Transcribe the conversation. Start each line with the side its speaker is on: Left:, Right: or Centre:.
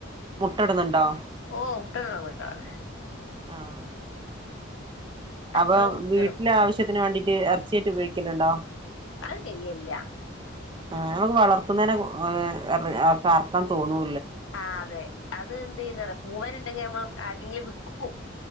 Right: മുട്ട ഇടുന്നുണ്ടോ
Left: ഓ മുട്ട ഇടണ കോയി താന്നെ
Right: ആഹ്
Left: അയ്റ്റങ്ങള്
Right: അപ്പൊ
Left: മുട്ടയിടും
Right: വീട്ടിലെ ആവശ്യത്തിന് വേണ്ടി ക്ക് എറച്ചിയാറ്റ് ഉപയോഗിക്കലൊണ്ടോ
Left: അത് ചെയ്യെല്ല
Right: ആ ഞങ്ങക്ക് വളർത്തുന്നേനെ <unintelligible> എറ് അർഅറ്ക്കാൻ തോന്നൂ
Left: ആഹ് അതെ അത് എന്ത് ചെയ്യുന്നാ പറ പൂവാന്ണ്ടെങ്കി നമ്മ ആർക്കെങ്കിലും വിക്കോ